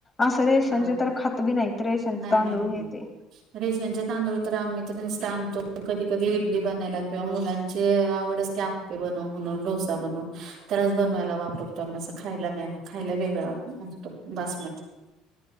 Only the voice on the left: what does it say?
असं रेशनचं
तर खात भी नाहीत, रेशनचं
तांदूळ
हे ते.